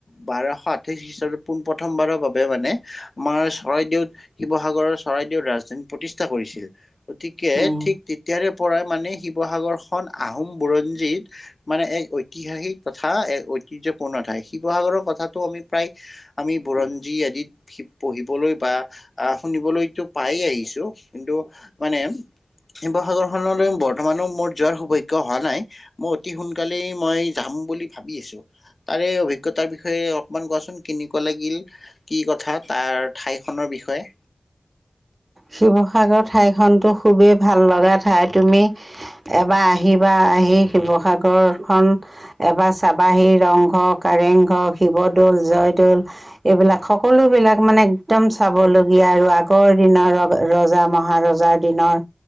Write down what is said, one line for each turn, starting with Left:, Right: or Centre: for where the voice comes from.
Left: বাৰশ আঠাইশ খ্ৰীষ্টাবত পোন প্ৰথমবাৰৰ বাবে মানে আমাৰ চৰাই দেউত শিৱসাগৰৰ চৰাইদেউৰ ৰাজধানী প্ৰতিষ্ঠা কৰিছিল। গতিকে
Right: উম।
Left: ঠিক তেতিয়াৰে পৰা মানে শিৱসাগৰ খন আহোম বুৰঞ্জীত মানে এক ঐতিহাসিক তথা এক ঐতিহ্যপূৰ্ণ ঠাই শিৱসাগৰৰ কথাটো আমি প্ৰায় আমি বুৰঞ্জী আদিত পঢ়িবলৈ পাও। বা অহ শুনিবলৈতো পাই আহিছো কিন্তু মানে, শিৱসাগৰখনলৈ বৰ্তমানো মোৰ যোৱাৰ সৌভাগ্য হোৱা নাই মই অতি সোনকালেই মই যাম। বুলি ভাবি আছোঁ। তাৰে অভিজ্ঞতাৰ বিষয়ে অলপমান কোৱাচোন কেনেকুৱা লাগিল কি কথা তাৰ ঠাই। নৰ বিষয়ে।
Right: শিৱসাগৰ ঠাই খনতো খুবেই ভাল লগা ঠাই তুমি এবাৰ আহিবা আহি শিৱসাগৰ খ এবাৰ চাবাহি ৰংঘৰ কাৰেংঘৰ, শিৱদ'ল জয়দ'ল, এইবিলাক সকলো বিলাক মানে এক্দম চাবলগীয়া আৰু আগৰ দিনৰ, ৰজা মহাৰজাৰ দিনৰ।